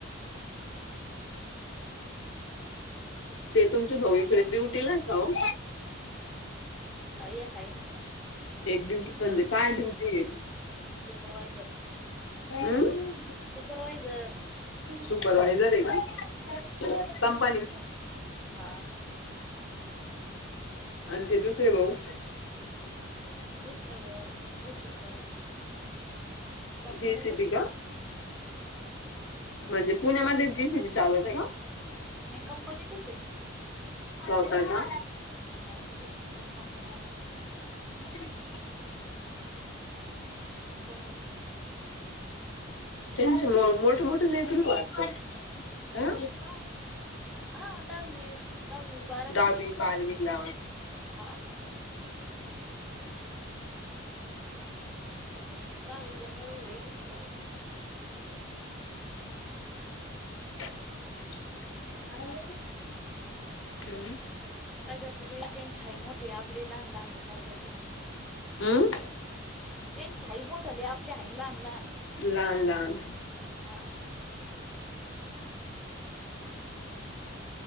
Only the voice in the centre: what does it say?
हाय एक आहे ना.
सुपरवायझर
सुपरवायझर.
हा.
दुसरं भाऊ जे सी पी चालविते कंपनीतच
हे
पण. हां.
नाही कंपनीतच आहे ना.
नाही-नाही दुस ते कंपनीवाल्याचा आहे.
स्वतःचा नाहीये.
हा दहावी दहावी बारवी
होईले
ना. हा. दहावी बारावी होईलेन पोराची.
काय करते बाई त्यांचा आहे मोठे आपली आहे लहान-लहान आहे काय करते मग.
त्यांची हाई मोठं लय आपल्या हाईन लहान-लहान
हा. हां.